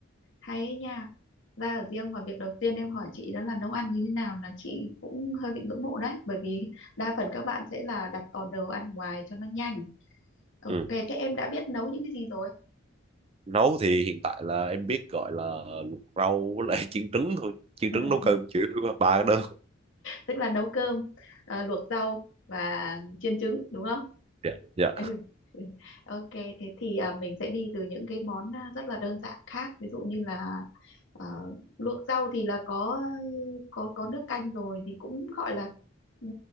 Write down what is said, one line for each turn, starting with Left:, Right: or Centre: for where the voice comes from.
Left: Hay ấy nha. Ra ở riêng mà việc đầu tiên em hỏi chị đó là nấu ăn như thế nào là chị cũng hơi bị ngưỡng mộ đấy. Bởi vì đa phần các bạn sẽ là đặt order ăn ngoài cho nó nhanh. Ok,
Right: Ừ.
Left: thế em đã biết nấu những cái gì rồi?
Right: Nấu thì hiện tại là em biết gọi là luộc rau với lại <laughs> chiên trứng thôi, chiên
Left: Ừ.
Right: trứng nấu cơm
Left: <laughs>
Right: chịu ba cái đó.
Left: Tức là nấu cơm, à, luộc rau và chiên trứng đúng không? <laughs>
Right: dạ dạ
Left: Ừ. ừ. Ok, thế thì à, mình sẽ đi từ những cái món à, rất là đơn giản khác, ví dụ như là à, luộc rau thì là có có có nước canh rồi thì cũng gọi là ừ,